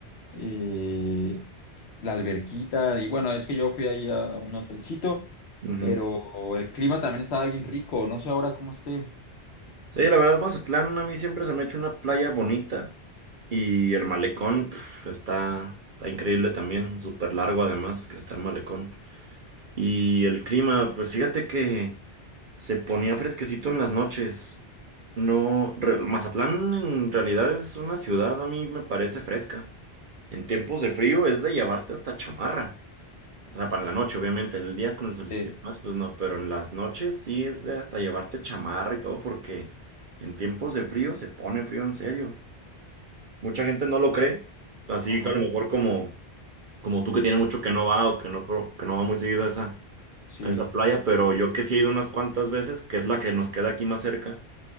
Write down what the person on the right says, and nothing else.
ujú.
Sí, la verdad, Mazatlán a mí siempre se me ha hecho una playa bonita. Y el malecón pf, está, está increíble también, súper largo además que está el malecón. Y el clima, pues fíjate que se ponía fresquecito en las noches. No, re- Mazatlán en realidad es una ciudad, a mí me parece fresca. En tiempos de frío es de llevarte hasta chamarra. O sea, para la noche, obviamente, en el día con el solsticio
y demás, pues no, pero en las noches sí es de hasta llevarte chamarra y todo, porque en tiempos de frío se pone frío en serio. Mucha gente no lo cree, así
que a lo mejor como, como tú que tienes mucho que no va o que no, pro- que no va muy seguido a esa,
a esa playa, pero yo que sí he ido unas cuantas veces, que es la que nos queda aquí más cerca,